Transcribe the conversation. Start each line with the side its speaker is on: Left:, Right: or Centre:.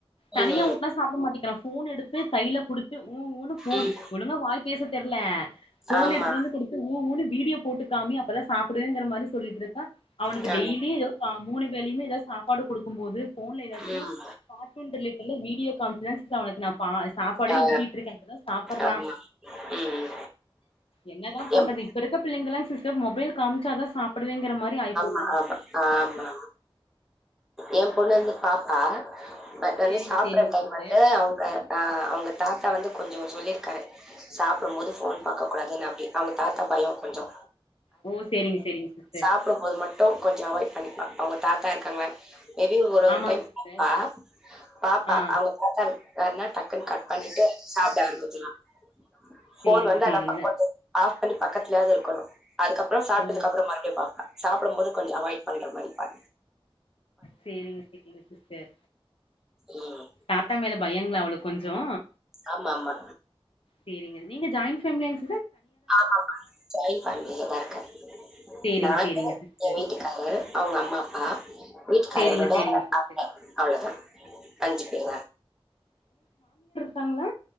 Left: தனியா
Centre: ம்,
Left: ஊட்னா சாப்ட மாட்டிங்கிறா போன் எடுத்து கையில குடுத்து உ உ போன்
Centre: ம்.
Left: ஒழுங்க வாய் பேச தெர் ல்ல போன்
Centre: ஆமா,
Left: எடுத்துட்டு வந்து குடுத்து உ உ னு வீடியோ போட்டு காமி அப்ப தா சாப்புடுவேங்கற மாரி சொல்லிட்டு இருக்
Centre: எ
Left: டெய்லி ஏதோ கா மூணு வேலயுமே எதா சப்பாடு குடுக்கும் போது போன்ல ஏதாச்சு
Centre: ம்.
Left: கார்டூன் ரிலேட்டட் விடியோ காமிச்சி தா சிஸ்டர் அவனுக்கு நா சாப்பாடே
Centre: ஆ,
Left: ஊட்டிட்டு இருக்கே அப்பதா சாப்புட்றா
Centre: ஆமா. ம்.
Left: என்னதா பண்றது
Centre: எம்
Left: இப்ப இருக்க பிள்ளைங்க லா சிஸ்டர் மொபைல் காம்ச்சா தா சாப்படுவேங்கற மாரி ஆயிப்போட்
Centre: ஆமா ஆமா ஆமா எ பொண்ணு வந்து பாப்பா பட் வந்து
Left: சேரிங்க
Centre: சாப்ற
Left: சேரிங்க
Centre: டைம்
Left: சிஸ்டர்
Centre: வந்து அவங்க அ அவங்க தா தாத்தா வந்து கொஞ்சோ சொல்லிருக்காரு சாப்புடும்போது ஃபோன் பாக்க கூடாதுன்னு அப்டி அவங்க தாத்தா பயம் கொஞ்சோ
Left: ஓ சேரிங்க சேரிங்க சிஸ்டர்
Centre: சாப்புடும்போது மட்டூ டு கொஞ்ச அவாய்ட் பண்ணிப்பா அவங்க தாத்தா இருக்காங்களானு மே பி ஒரு ஒரு
Left: ஆமாங்க
Centre: டைம்
Left: சிஸ்டர்
Centre: பாப்பா பாப்பா
Left: ஆ
Centre: அவங்க தாத்தா வராருனா டக்குன்னு கட் பண்ணிட்டு சாப்ட ஆரம்பிச்சிடுவா ஃபோன்
Left: சேரிங்க
Centre: வந்தா
Left: சேரிங்க
Centre: நம்பக் கொஞ்சோ ஆஃப் பண்ணி பக்கத்துலேயாவது இருக்கணு அதுக்கப்பறோ சாப்ட்டதுக்கப்பற
Left: ஓ
Centre: மறுபடி பாப்பா சாப்டம்போது கொஞ்ச அவாய்ட் பண்ற மாரி‌ ப
Left: சேரிங்க சேரிங்க சிஸ்டர்
Centre: ம்
Left: தாத்தா மேல பயங்களா அவளுக் கொஞ்சோ
Centre: ஆம்மாமா
Left: சேரிங்க நீங்க ஜாயின்ட் ஃபேம்லியாங்
Centre: ஆம்மா ம்மா ஜாய்ண்ட் ஃபேம்லியதான் இருக்கே
Left: சேரிங்க
Centre: நானு
Left: சேரிங்க சிஸ்டர்
Centre: ஏன் வீட்டுக்காரர் அவ்ங்க அம்மா அப்பா வீட்டுக்காரரோட
Left: சேரிங்க சேரிங்க சிஸ்டர்
Centre: அத்த அவ்ளோதா அஞ்சி பேரு தா
Left: காங்களா